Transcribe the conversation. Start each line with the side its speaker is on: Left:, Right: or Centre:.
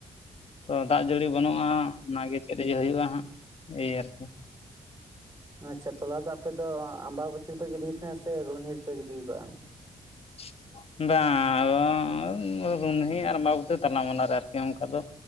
Left: ᱛᱚ ᱫᱟᱜ ᱡᱟᱹᱲᱤ ᱵᱟᱹᱱᱩᱜᱼᱟ ᱚᱱᱟᱜᱮ ᱪᱮᱫ ᱤᱭᱟᱹ ᱦᱩᱭᱩᱜᱼᱟ ᱦᱟᱸᱜ ᱮᱭ ᱟᱨᱠᱤ,
Right: ᱟᱪᱪᱷᱟ ᱛᱚᱞᱟ ᱫᱚ ᱟᱯᱮ ᱫᱚ ᱟᱸᱢᱵᱟᱸ ᱵᱟᱹᱛᱤ ᱨᱮᱯᱮ ᱜᱤᱰᱤᱭ ᱛᱟᱦᱮᱸᱫ ᱥᱮ ᱨᱩᱦᱱᱤ ᱨᱮᱯᱮ ᱜᱤᱰᱤᱣ ᱠᱟᱜᱼᱟᱼᱼ
Left: <inaudible> ᱵᱟᱝᱻ ᱟᱫᱚᱻ ᱨᱩᱱᱦᱤ ᱟᱨ ᱟᱸᱢᱵᱟᱵᱚᱛᱤ ᱛᱟᱞᱟ ᱢᱟᱞᱟᱨᱮ ᱟᱨᱠᱤ ᱚᱱᱠᱟ ᱫᱚᱼᱼ